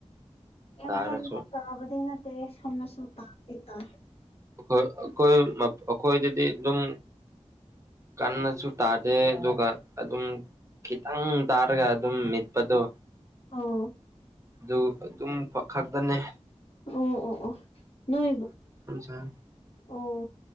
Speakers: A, on the left; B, on the right.
A: ꯀ
B: ꯇꯥꯔꯁꯨ
A: ꯀꯟꯅ ꯇꯥꯕꯗꯅ ꯍꯅꯁꯨꯇꯥꯥꯞ ꯇ
B: ꯑꯩꯈꯣꯏ ꯑꯩꯈꯣꯏꯗꯗꯤ ꯑꯗꯨꯝ ꯀꯟꯅꯁꯨ ꯇꯥꯗꯦ ꯑꯗꯨꯒ ꯑꯗꯨꯝ ꯈꯤꯇꯪ ꯇꯥꯔꯒ ꯑꯗꯨꯝ ꯃꯤꯠꯄꯗꯣ
A: ꯑꯧ
B: ꯑꯗꯨ ꯑꯗꯨꯝ ꯈꯛꯇꯅꯦ
A: ꯑꯣ ꯑꯣ ꯑꯣ ꯅꯣꯏ
B: ꯎꯝ
A: ꯑꯣ